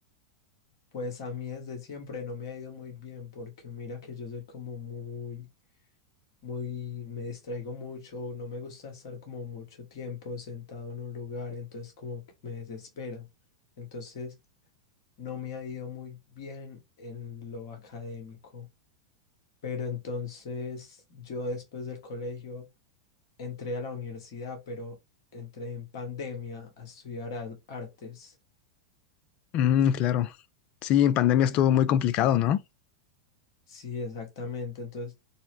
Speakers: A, on the left; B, on the left.
A: Pues a mí desde siempre no me ha ido muy bien porque mira que yo soy como muy muy, me distraigo mucho, no me gusta estar como mucho tiempo sentado en un lugar, entonces como que me desespera. Entonces no me ha ido muy bien en lo académico, pero entonces yo después del colegio entré a la universidad, pero entré en pandemia a estudiar al- artes.
B: Mm, claro. Sí, en pandemia estuvo muy complicado, ¿no?
A: Sí, exactamente. Entonces